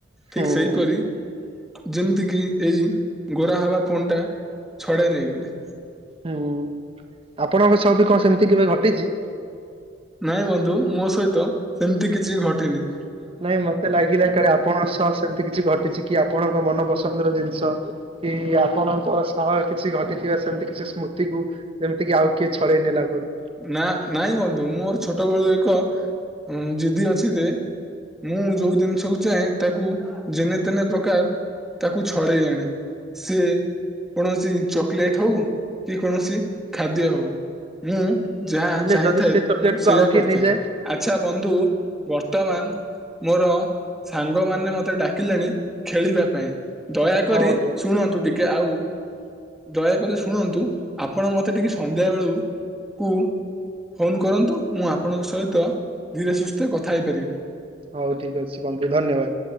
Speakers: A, on the right (about 30°); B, in the centre.
A: ହୁଁ
B: ଠିକ୍ ସେହିପରି ଯେମିତି କିି ଏଇ ଗୋରା ହବା ଫୋନ୍ ଟା ଛଡେଇ ନେଇଗଲେ।
A: ହୁଁ ଆପଣଙ୍କ ସହ ବି କଣ ସେମିତି କେବେ ଘଟିଛି?
B: ନାଇଁ ବନ୍ଧୁ ମୋ ସହିତ ସେମିତି କିଛି ଘଟନି।
A: ନାଇଁ ମତେ ଲାଗିଲା କାଳେ ଆପଣଙ୍କ ସହ ସେମିତି କିଛି ଘ ଘଟିଛି କି ଆପଣଙ୍କ ମନପସନ୍ଦର ଜିନିଷ କି ଆପଣଙ୍କ ସହ କିଛି ଘଟିଥିବା ସେମତି କିଛି ସ୍ମୃତିକୁ ଯେମିତି କିି ଆଉ କିଏ ଛଡେଇ ନେଲା ପରେ।
B: ନା ନାଇଁ ବନ୍ଧୁ ମୋର ଛୋଟବେଳୁ ଏକ ଜିଦି ଅଛି ଯେ ମୁଁ ଯୋଉ ଜିନିଷକୁ ଚାହେଁ ତାକୁ ଯେନେ ତେନେ ପ୍ରକାର ତାକୁ ଛଡେଇ ଆଣେ ସିଏ କୌଣସି ଚକଲେଟ ହଉ କି କୌଣସି ଖାଦ୍ୟ ହଉ ମୁଁ ଯାହା
A: ହେଲେ
B: ଚାହିଁଥାଏ
A: ଯଦି ସେ ଚକୋଲେଟ
B: ମୁଁ ସେଇୟା
A: କୁ ଆଉ କିଏ
B: କରିଥାଏ।
A: ନେଇଯାଏ
B: ଆଚ୍ଛା ବନ୍ଧୁ ବର୍ତ୍ତ ମାନ ମୋର ସାଙ୍ଗମାନେ ମୋତେ ଡାକିଲେଣି ଖେଳିବା ପାଇଁ। ଦୟାକରି
A: ହଁ ବନ୍ଧୁ
B: ଶୁଣନ୍ତୁ ଟିକେ ଆଉ ଦୟାକରି ଶୁଣନ୍ତୁ ଆପଣ ମତେ ଟିକେ ସନ୍ଧ୍ୟା ବେଳକୁ କୁ ଫୋନ୍ କରନ୍ତୁ ମୁଁ ଆପଣଙ୍କ ସହିତ ଧୀରେ ସୁସ୍ଥେ କଥା ହେଇପାରିବି।
A: ହଉ ଠିକ ଅଛି ବନ୍ଧୁ। ଧନ୍ୟବାଦ।